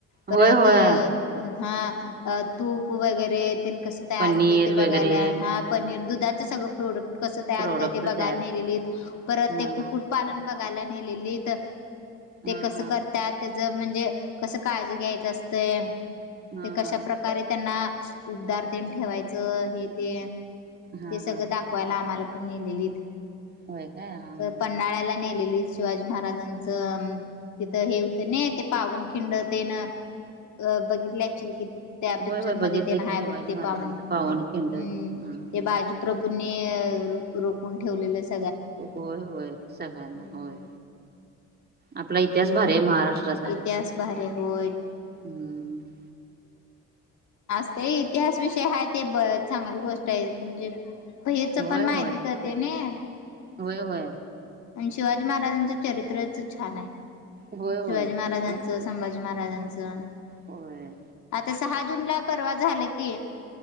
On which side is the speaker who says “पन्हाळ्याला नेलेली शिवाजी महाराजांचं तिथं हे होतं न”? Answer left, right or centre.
Left